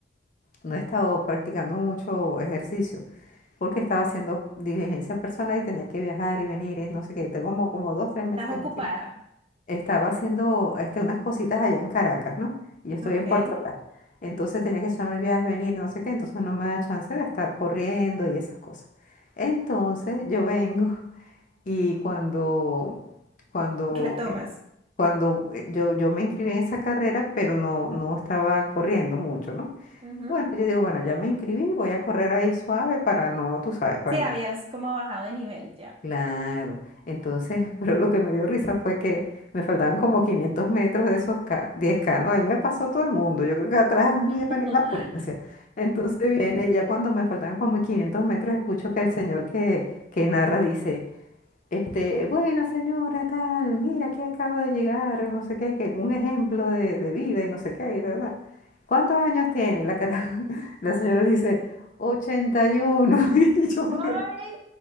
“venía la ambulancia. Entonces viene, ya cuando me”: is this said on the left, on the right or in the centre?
Left